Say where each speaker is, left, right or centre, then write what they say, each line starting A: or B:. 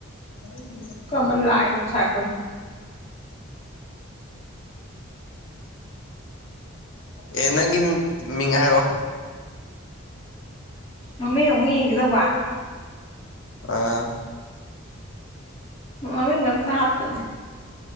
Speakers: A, on the left; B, on the left.
A: <unintelligible>
B: ꯀꯔꯝꯕ ꯂꯥꯏꯅꯕꯨ ꯁꯥꯔꯛꯄꯅꯣ
A: ꯑꯦ ꯅꯪꯒꯤ ꯃꯤꯡ ꯃꯤꯡ ꯍꯥꯏꯔꯛꯑꯣ
B: ꯃꯃꯤꯡ ꯑꯃꯨꯛ ꯌꯦꯡꯒꯦꯗꯧꯕ
A: ꯑꯥ
B: ꯃꯃꯤꯡꯒ ꯑꯝꯇ ꯍꯥꯞꯇꯕꯅꯦ